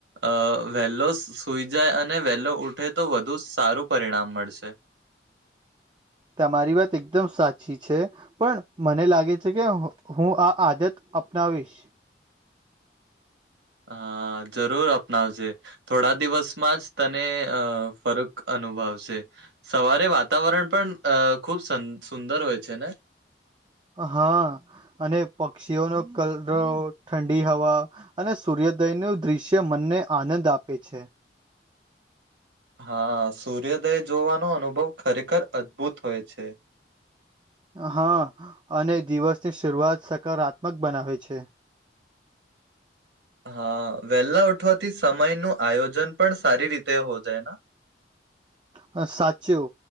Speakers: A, on the right (about 75°); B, on the right (about 25°).
A: અ વહેલો સુઈ જાય અને વહેલો ઉઠે તો વધુ સારું પરિણામ મળશે.
B: તમારી વાત એકદમ સાચી છે. પણ મને લાગે છે કે હું આ આદત અપનાવીશ.
A: હા જરૂર અપનાવજે થોડા દિવસમાં જ તને અ ફરક અનુભવશે. સવારે વાતાવરણ પણ અ ખુબ સુંદર હોય છે ને
B: હા અને પક્ષીઓનો કલરવ ઠંડી હવા. અને સૂર્યોદય નુ દ્રશ્ય મનને આનંદ આપે છે.
A: હા સૂર્યોદય જોવાનો અનુભવ ખરેખર અદ્ભુત હોય છે.
B: હા અને દિવસની શરૂઆત સકારાત્મક બનાવે છે.
A: હા વેહેલા ઉઠવાથી સમય નું આયોજન પણ સારી રીતે હો જાય
B: હ સાચું.